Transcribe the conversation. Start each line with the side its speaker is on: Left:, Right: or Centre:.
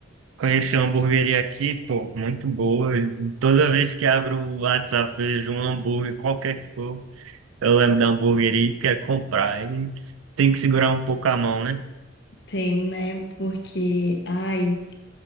Right: Conheci uma hamburgueria aqui, pô, muito boa. Toda vez que abro o WhatsApp, vejo um hambúrguer, qualquer que for. Eu lembro da hamburgueria e quero comprar. E tem que segurar um pouco a mão, né?
Left: Tem, né? Porque, ai,